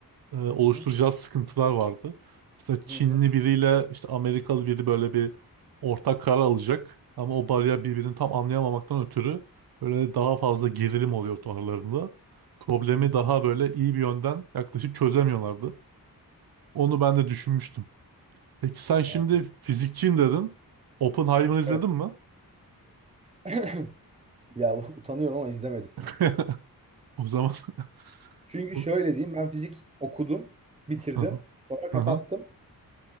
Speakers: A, on the right; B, on the right.
A: e, oluşturacağı
B: Hı hı.
A: sıkıntılar vardı. Mesela Çinli
B: Hı hı.
A: biriyle işte Amerikalı biri böyle bir ortak karar alacak. Ama o bariyer birbirini tam anlayamamaktan ötürü böyle daha fazla gerilim oluyordu aralarında. Problemi
B: Hı hı.
A: daha
B: hı.
A: böyle iyi bir yönden yaklaşıp çözemiyorlardı. Onu ben de düşünmüştüm. Peki sen şimdi
B: Anladım.
A: fizikçiyim dedin. Oppenheimer izledin
B: Evet.
A: mi?
B: <laughs> Ya u- utanıyorum ama izlemedim
A: <laughs>
B: ya.
A: O zaman <laughs>
B: Çünkü
A: o-
B: şöyle diyeyim ben fizik okudum, bitirdim,
A: Aha,
B: sonra kapattım.
A: aha.